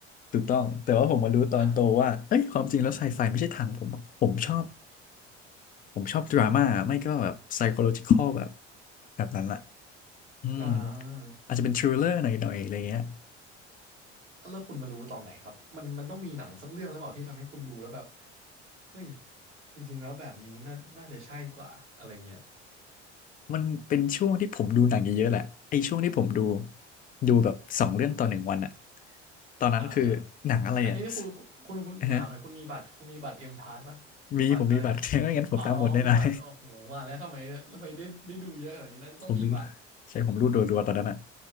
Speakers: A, on the left; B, on the right.
A: ถูกต้องแต่ว่าผมมารู้ตอนโตว่าเอ้ยความจริงแล้วไซไฟไม่ใช่ทางผมผมชอบ
B: อ่า
A: ผมชอบดราม่า ไม่ก็แบบไซโคโลจิคอลแบบแบบนั้นแหละอืม
B: อ่า
A: อาจจะเป็นทริลเลอร์หน่อยๆอะไรเงี้ย
B: แล้วคุณมารู้ตอนไหนครับมันมันต้องมีหนังสักเรื่องหรือเปล่าที่ทำให้คุณดูแล้วแบบเฮ้ยจริงๆแล้วแบบนี้น่าน่าจะใช่กว่าอะไรเงี้ย
A: มันเป็นช่วงที่ผมดูหนังเยอะๆแหละไอ้ช่วงที่ผมดูดูแบบสองเรื่องต่อหนึ่งวันอะตอนนั้นคือหนังอะไรอะ
B: อ่า อันนี้นี่คุณคุณคุณผมถามหน่อยคุณมีบัตรคุณมีบัตรเอ็มพาสป่ะ
A: ฮะมีผมมีบัตร
B: บัตรอะไรนะ
A: <laughs> ไม่งั้นผมตามหมดแน่นอน
B: อ๋อมีบัตรโอ้โหว่าแล้วทำไมทำไมได้ได้ดูเยอะขนาดนี้น่าจะต้องมีบัตร
A: <laughs> ผมใช่ผมรูดรัวๆตอนนั้นอะ